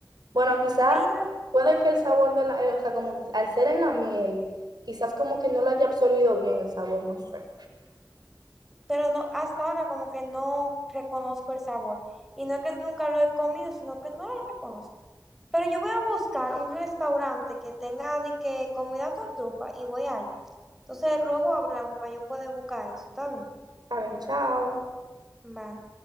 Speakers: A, on the right (about 70°); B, in the centre.
A: Bueno, quizá
B: Pido,
A: puede que el sabor de la, eh, o sea, como que al ser en la miel, quizás como que no lo haya absorbido bien el sabor, no sé.
B: pero no, hasta ahora como que no reconozco el sabor. Y no es que nunca lo he comido, sino que no lo reconozco. Pero yo voy a buscar un restaurante que tenga de que comida con trufa y voy ahí. Entonces, luego hablamos para yo poder buscar eso, ¿está bien?
A: Saben, chao.
B: Bye.